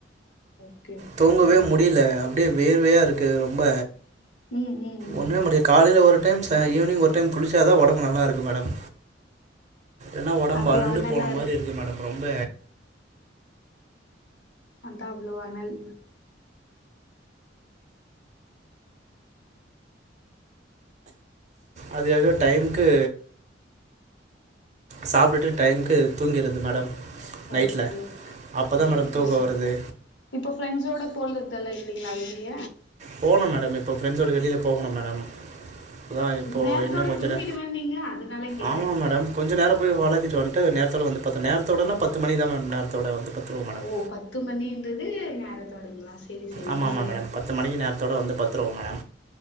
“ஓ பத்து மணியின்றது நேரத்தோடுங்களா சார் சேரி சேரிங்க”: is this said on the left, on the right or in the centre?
Left